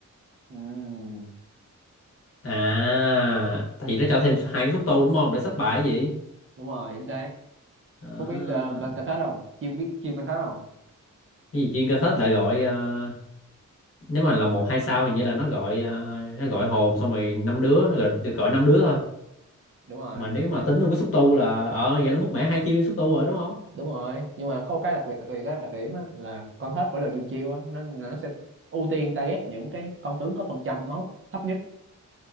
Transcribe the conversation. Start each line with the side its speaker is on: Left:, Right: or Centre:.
Right: Ừm,
Left: à tại vì nó cho thêm hai cái xúc tu đúng không để sắp bài gì
Right: đúng rồi chính xác
Left: à,
Right: Phú biết uh, con Karthus không Chiêu biết chiêu con Karthus không
Left: cái gì chuyên ca thết lại gọi ờ, nếu mà là một hai sao hình như là nó gọi ờ, nó gọi hồn xong rồi năm đứa nó gọi, được gọi năm đứa thôi
Right: đúng rồi
Left: mà nếu mà tính luôn cái xúc tu là ờ vậy nó mất mẻ hai chi xúc tu rồi đúng không
Right: đúng rồi nhưng mà có một cái đặc biệt đặc biệt á đặc điểm á là con Karthus mỗi lần dùng chiêu á nó là nó sẽ ưu tiên target những cái con tướng có phần trăm máu thấp nhất